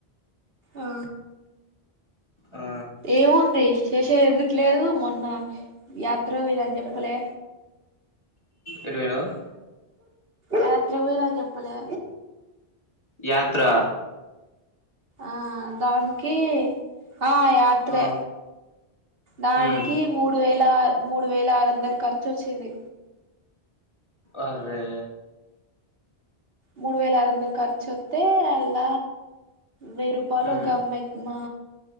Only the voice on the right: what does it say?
ఆ
ఏముంది చేషేదేందుకు లేదు మొన్న యాత్రకు పోయిర్రు అని చెప్పలే
యాత్రకు బోయిన అని జెప్పలే
ఆ దానికి ఆ యాత్రే,
దానికి
మూడు వేల్ లార్ మూడు వేల ఆరు వందలు ఖర్చోచ్చింది
మూడు వేల ఆరు వందలు ఖర్చు ఒత్తే అల్ల వెయ్యి రూపాలు
ఒక మ్మ మా